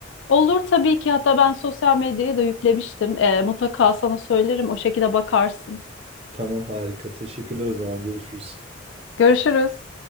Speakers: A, on the left (about 65°); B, on the right (about 30°).
A: Olur tabii ki hatta ben sosyal medyaya da yüklemiştim. Ee, mutlaka sana söylerim o şekilde bakarsın.
B: Tamam harika. Teşekkürler o zaman görüşürüz.
A: Görüşürüz.